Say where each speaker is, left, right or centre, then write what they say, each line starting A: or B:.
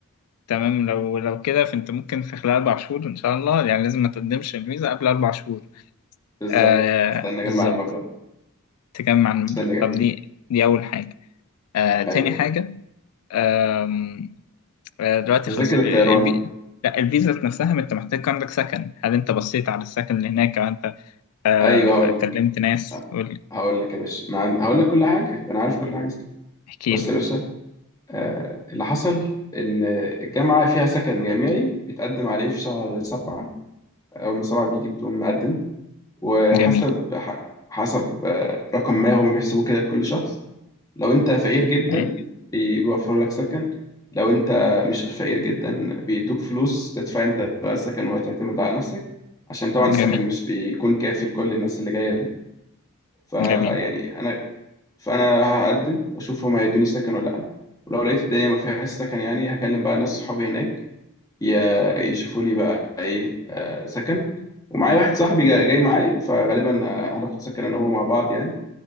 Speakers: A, on the left; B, on the left.
A: تمام لو لو كده فانت ممكن في خلال اربع شهور ان شاء الله يعني لازم ما تقدمش الفيزا قبل اربع شهور
B: بالظبط
A: آه
B: استنى أجمع
A: بالظبط
B: المبلغ
A: تجمع المبلغ
B: استنى أجمع
A: طب دي دي اول حاجه آه تاني
B: أيوه
A: حاجه آم، آه دلوقتي
B: تذاكر
A: خلاص ال-
B: الطيران
A: ال- الفي- لا الفيزا نفسها ما انت محتاج عندك سكن هل انت بصيت على السكن اللي هناك او انت آه
B: أيوه هقول
A: كلمت ناس
B: ه-
A: قول لي،
B: هقول لك يا باشا انا عن- هقول لك كل حاجه ده انا عارف كل حاجه استنى.
A: احكي
B: بص
A: لي
B: يا باشا آه اللي حصل ان الجامعه فيها سكن جامعي بيتقدم عليه في شهر سبعة اول ما سبعة بيجي بتقوم مقدم وحسب
A: جميل
B: ح- حسب آه، رقم ما هم بيحسبوه كده لكل شخص لو انت فقير جدا
A: أي.
B: بي- بيوفروا لك سكن لو انت مش فقير جدا بيدوك فلوس تدفع انت بقى السكن وتعتمد على نفسك عشان طبعا السكن
A: جميل
B: مش بيكون كافي لكل الناس اللي جايه دي فيعني
A: جميل
B: انا فانا هقدم واشوف هما هيدوني سكن ولا لا ولو لقيت الدنيا ما فيهاش سكن يعني هكلم بقى ناس صحابي هناك ي- يشوفوا لي بقى ايه آه، سكن ومعايا واحد صاحبي جا- جاي معايا فغالبا آه، هناخد سكن انا وهو مع بعض يعني